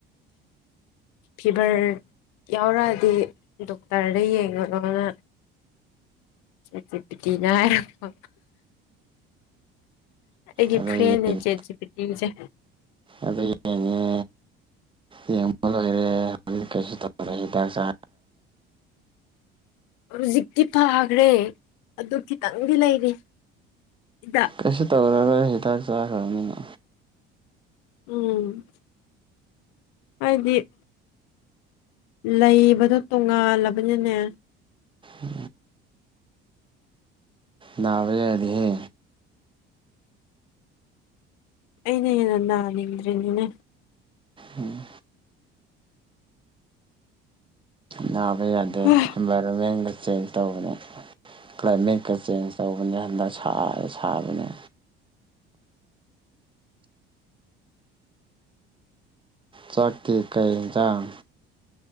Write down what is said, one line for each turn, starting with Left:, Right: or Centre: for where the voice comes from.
Left: ꯐꯤꯚꯔ ꯌꯥꯎꯔꯛꯑꯗꯤ ꯗꯣꯛꯇꯔꯗ ꯌꯦꯡꯉꯣꯅꯣꯅ ꯆꯦꯠ ꯖꯤ ꯄꯤ ꯇꯤ ꯅ ꯍꯥꯏꯔꯛꯄ ꯑꯩꯒꯤ
Right: ꯑꯗꯣ
Left: ꯐ꯭ꯔꯦꯟꯅꯦ
Right: ꯌꯦꯡ
Left: ꯆꯦꯠ ꯖꯤ ꯄꯤ ꯇꯤꯁꯦ
Right: ꯑꯗꯣ ꯌꯦꯡꯉꯦ ꯌꯦꯡꯕ ꯂꯣꯏꯔꯦ ꯀꯩꯁꯨ ꯇꯧ ꯑꯗꯩ ꯍꯤꯗꯥꯛ ꯆꯥ
Left: ꯍꯨꯖꯤꯛꯇꯤ ꯐꯒ꯭ꯔꯦ ꯑꯗꯨ ꯈꯤꯇꯪꯗꯤ ꯂꯩꯔꯤ ꯍꯤꯗꯥꯛ
Right: ꯀꯩꯁꯨ ꯇꯧꯔꯔꯣꯏ ꯍꯤꯗꯥꯛ ꯆꯥꯈ꯭ꯔꯥꯅꯤꯅ
Left: ꯎꯝ ꯍꯥꯏꯗꯤ ꯂꯩꯕꯗꯣ ꯇꯣꯉꯥꯜꯂꯕꯅꯤꯅꯦ
Right: ꯎꯝ ꯅꯥꯕ ꯌꯥꯗꯦꯍꯦ
Left: ꯑꯩꯅ ꯍꯦꯟꯅ ꯅꯅꯤꯡꯗ꯭ꯔꯤꯅꯤꯅꯦ
Right: ꯎꯝ ꯅꯥꯕ ꯌꯥꯗꯦ
Left: ꯍꯥ
Right: ꯏꯟꯚꯥꯏꯔꯣꯟꯃꯦꯟꯒ ꯆꯦꯟꯖ ꯇꯧꯕꯅꯦ ꯀ꯭ꯂꯥꯏꯃꯦꯠꯀꯥ ꯆꯦꯟꯖ ꯇꯧꯕꯅꯦ ꯍꯟꯗꯛ ꯁꯥꯔꯦ ꯁꯥꯕꯅꯦ ꯆꯥꯛꯇꯤ ꯀꯩ ꯍꯤꯟꯖꯥꯡ